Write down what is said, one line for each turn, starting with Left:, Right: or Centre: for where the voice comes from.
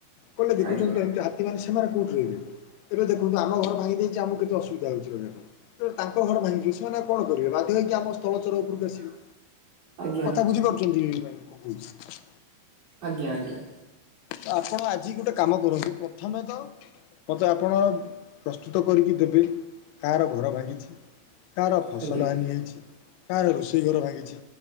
Left: କହିଲେ ଦେଖୁଛନ୍ତି
Right: ଆଜ୍ଞା
Left: ତ ଏମିତି ହାତୀ ମାନେ ସେମାନେ କୋଉଠି ରହିିବେ ଏବେ ଦେଖନ୍ତୁ ଆମ ଘର ଭାଙ୍ଗିଯାଇଛି। ଆମକୁ କେତ ଅସୁବିଧା ହଉଛି ତ ତାଙ୍କ ଘରେ ଭାଙ୍ଗିବି, ସେମାନେ କଣ କରିବେ ବାଧ୍ୟ ହେ ହୋଇକି ଆମ ସ୍ଥଳ ଚର ଉପରକୁ ଆସିବେ।
Right: <inaudible> ଆଜ୍ଞା
Left: କଥା ବୁଝିପାରୁଛନ୍ତି କି ନାହିଁ କଣ।
Right: ଆଜ୍ଞା, ଆଜ୍ଞା।
Left: ତ ଆପଣ, ଆଜି ଗୋଟେ କାମ କରନ୍ତୁ ପ୍ରଥମେ ତ ମତେ ଆପଣ ପ୍ରସ୍ତୁତ କରିକି ଦେବେ କାହାର ଘର ଭାଙ୍ଗିଛି। କାହାର
Right: ଆଜ୍ଞା
Left: ଫସଲ ହାନି ହୋଇଇଛି କାହାର ରୋଷେଇ ଘର ଭାଙ୍ଗିଛି।